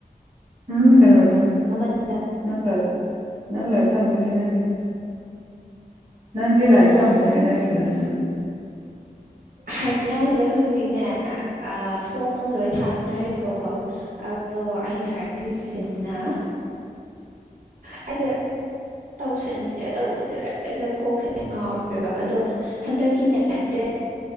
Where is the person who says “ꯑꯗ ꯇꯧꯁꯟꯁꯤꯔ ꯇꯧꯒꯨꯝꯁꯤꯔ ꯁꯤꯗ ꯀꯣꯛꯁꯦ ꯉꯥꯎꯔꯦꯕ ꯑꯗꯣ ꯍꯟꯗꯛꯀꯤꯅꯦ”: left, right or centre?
Right